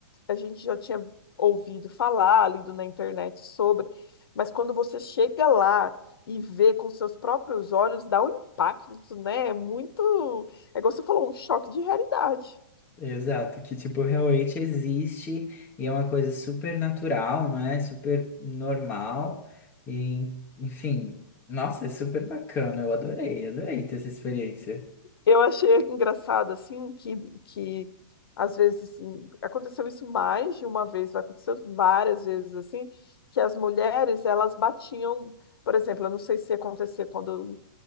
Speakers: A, on the left; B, on the left.
A: a gente já tinha ouvido falar, lido na internet sobre, mas quando você chega lá e vê com seus próprios olhos, dá um impacto, né? É muito, é como você falou, um choque de realidade.
B: Exato, que tipo, realmente existe e é uma coisa super natural, não é? Super normal e, enfim, nossa, é super bacana. Eu adorei, adorei ter essa experiência.
A: Eu achei engraçado assim que que às vezes assim, aconteceu isso mais de uma vez, aconteceu várias vezes assim, que as mulheres elas batiam, por exemplo, eu não sei se acontecia quando